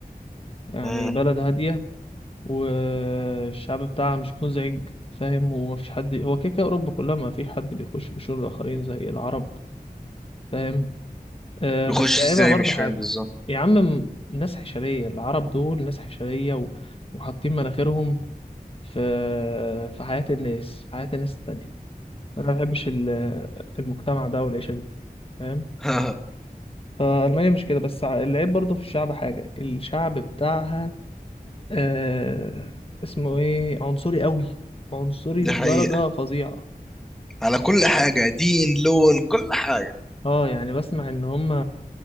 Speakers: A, on the left (about 35°); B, in the centre.
A: يعني
B: مم.
A: بلد هادية والشعب بتاعها مش مزعج فاهم ومفيش حد هو كده كده أوروبا كلها مفيش حد بيخش بشور الآخرين زي العرب فاهم آه
B: بيخش
A: بس عيبها
B: إزاي
A: برضو
B: مش فاهم
A: حاجة
B: بالظبط
A: يا عم م- ناس حشرية العرب دول ناس حشرية و... وحاطين مناخيرهم في في حياة الناس في حياة الناس التانية أنا ما بحبش ال- المجتمع ده والعيشة دي فاهم
B: <laughs>
A: فألمانيا مش كده بس ع- العيب برضو في الشعب حاجة الشعب بتاعها آه اسمه ايه عنصري قوي عنصري
B: دي
A: بدرجة
B: حقيقة
A: فظيعة
B: على كل حاجة دين لون كل حاجة
A: اه يعني بسمع ان هما